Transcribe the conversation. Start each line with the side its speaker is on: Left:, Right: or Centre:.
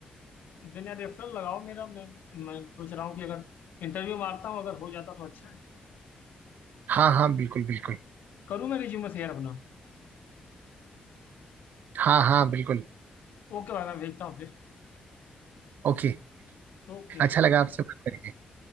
Left: देन यार रेफरल लगाओ मेरा मैं मैं सोच रहा हूँ कि अगर इंटरव्यू मारता हूँ अगर हो जाता तो अच्छा है
Right: हाँ हाँ बिल्कुल बिल्कुल
Left: करूँ मैं रिज्यूमे शेयर अपना
Right: हाँ हाँ बिल्कुल
Left: ओके भाई मैं भेजता हूँ फिर
Right: ओके
Left: ओके
Right: अच्छा लगा आपसे बात करके